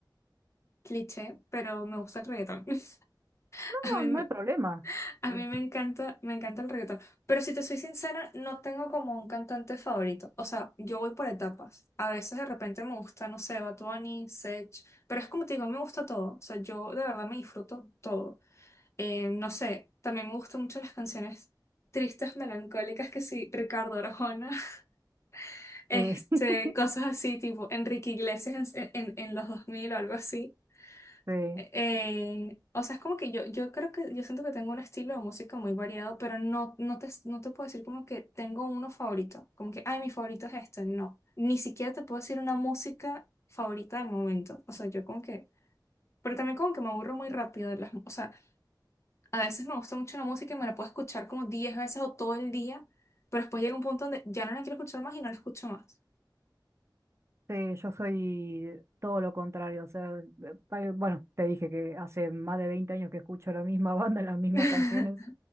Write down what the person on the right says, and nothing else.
No,
no
hay problema.
Este,
Sí, <laughs>
sí,
sí, yo soy todo lo contrario. O sea, eh, pa- bueno, te dije que hace más de 20 años que escucho la misma <laughs> banda, las mismas
canciones.